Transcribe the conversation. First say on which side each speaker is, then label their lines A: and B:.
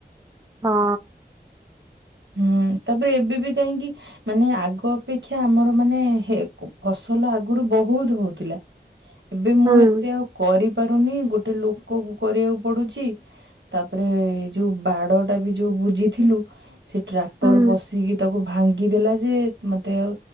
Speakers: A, on the right; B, on the right.
A: ହଁ।
B: ହୁଁ ତାପରେ ଏବେବି କାହିଁକି ମାନେ ଆଗ ଅପେକ୍ଷା ଆମର ମାନେ ହେ କ ଫସଲ ଆଗରୁ ବହୁତ୍ ହଉଥିଲା ଏବେ ମୁଁ
A: ହୁଁ
B: ଏତେ ଆଉ କରିପାରୁନି ଗୋଟେ ଲୋକକୁ କରିବାକୁ ପଡ଼ୁଚି ତାପରେ ଯୋଉ ବାଡ଼ଟାବି ଯୋଉ ବୁଜିଥିଲୁ ସେ ଟ୍ରାକ୍ଟର
A: ହୁଁ
B: ପଶିକି ତାକୁ ଭାଙ୍ଗିଦେଲାଯେ ମତେ ଆଉ